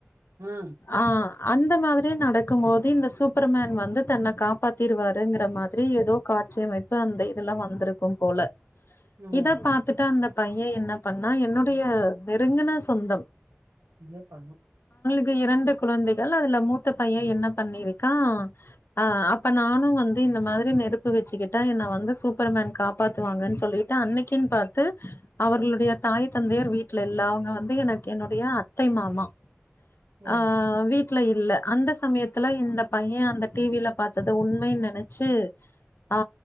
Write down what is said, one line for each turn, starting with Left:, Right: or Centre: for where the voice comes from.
Right: ஆ
Left: ஆ அந்த மாதிரியே நடக்கு போது இந்த சுப் ப்பர்மேன் வந்து தன்ன காப்பாத்திருவாருங்கிற மாதிரி ஏதோ காட்சிமைப்பு அந்த இதெல்லா வந்திருக்கு போல
Right: ம்
Left: இத பாத்துட்டா அந்த பைய என்ன பண்ணா என்னுடைய நெருங்கன சொந்தம்
Right: நீயே பண்ணு
Left: க்கு இரண்டு குழந்தைகள் அதுல மூத்த பையன் என்ன பண்ணிருக் க்க ஆ அப்ப நானு வந்து இந்த மாதிரி நெருப்பு வச்சுக்கிட்டா என்னை வந்து சூப்பர்மன் காப்பாத்துவாங்கன்னு சொல்லிட்டு அன்னைக்குன்னு பார்த்து அவர்களுடைய தாய் தந்தையர் வீட்டுல இல்ல அவங்க வந்து எனக்கு என்னுடைய அத்தை மாமா
Right: ஓ
Left: ஆ விட் வீட்ல இல்ல அந்த சமயத்துல இந்த பைய அந்த டிவில பார்த்தத உண்மைன்னு நினைச்சு ஆ